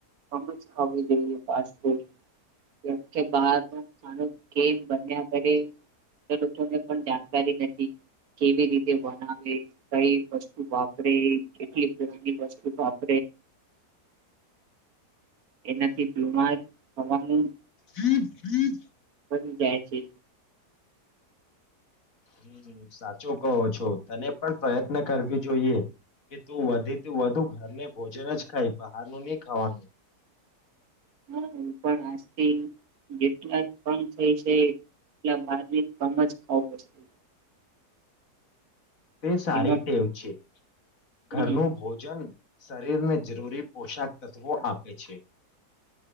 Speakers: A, on the right (about 65°); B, on the left (about 60°).
A: આમજ ખાવુ જોઈએ ફૂડ કેમ કે બાર નુ ખાવાનું બન્યા કરે લોકોને પણ જાણકારી નથી કેવી રીતે બનાવે કઈ વસ્તુ વાપરે કેટલી પ્રની વસ્તુપ આપ એનાથી બુમાર થવાનું
B: વખત
A: બી જાય છે.
B: હમ્મ સાચો કહો છો તને પણ પ્રયત્ન કરવ જોઈએ કે તું વધીથી વધુ ઘરને ભોજન જ ખાય બહારનું નહી ખાવાનું.
A: હા હું પણ આજથી જેટલા કમ થાય છે એટલા બાર બી કમ જ ખાવું વસ્તુ
B: તે સારી
A: તેમાં
B: ટેવ છે.
A: હમ
B: ઘરનું ભોજન શરીરને જરૂરી પોષાક તત્વો આપે છે.